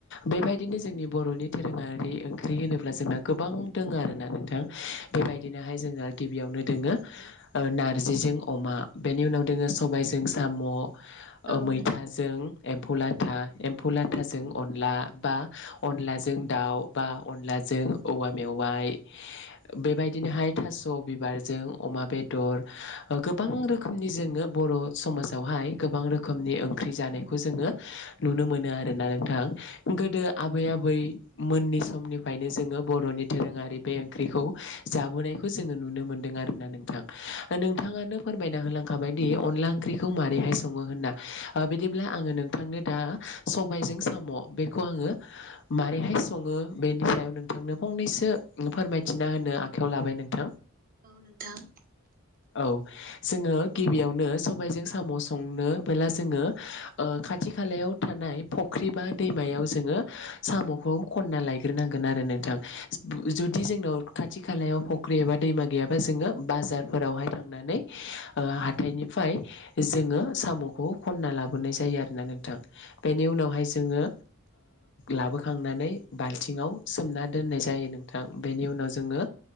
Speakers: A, on the left; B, on the right.
A: बेबायदिनो जोंनि बर'नि धोरोङा रि ओंख्रि होनोब्ला जोंना गोबां दोङो आरोना नोंथां, बेबायदिनोहाय जोङो गिबियावनो दोङो ओ नारजिजों अमा बेनि उनाव दोङो सबायजों साम', ओ
B: औ
A: मैथाजों
B: नोंथां
A: एम्फौ लाथा, एम्फौ लाथाजों अनला बा अनलाजों दाउ बा अनला जों औवा मेवाइ बेबायदिनोहाय थास' बिबारजों अमा बेदर ओ गोबां रोखोमनि जोङो बर' समाजावहाय गोबां रोखोमनि ओंख्रि जानायखौ जोङो नुनो मोनो आरोना नोंथां। गोदो आबै आबै मोननि समनिफ्रायनो जोङो बर' फोरनि धोरोङारि बे ओंख्रिखौ जाबोनायखौ जोङो नुनो मोनदों आरो ना नोंथां। ओ नों थाङानो फोरमायना होलांखाबायदि अनला ओंख्रिखौ माबारैहाय सङो होन्ना, बिदिब्ला आङो नोंथांनो दा सबायजों साम' बेखौ आङो माबारैहाय सङो बेनि सायाव नोंथांनो फंनैसो फोरमायथिना होनो आखायाव लाबाय नोंथां।
B: औ नोंथां।
A: औ जोङो गिबियावनो सबायजों साम' संनोबोला जोङो ओ खाथि खालायाव थानाय फुख्रि बा दैमायाव जोङो साम'खौ खन्ना लायग्रोनांगोन आरो नोंथां‌। जुदि जोंनाव खाथि खालायाव फख्रि एबा दैमा गैाबा जोङो बारावहाय थांनानै हाथाइनिफ्राय जोङो साम'खौ खनना लाबोनाय जायो आरो ननानै थ बेनि उनावहाय जोङो लाबोखांनानै बाल्थिङाव सोमना दोननाय जायो नोंथां बेनि उनाव जोङो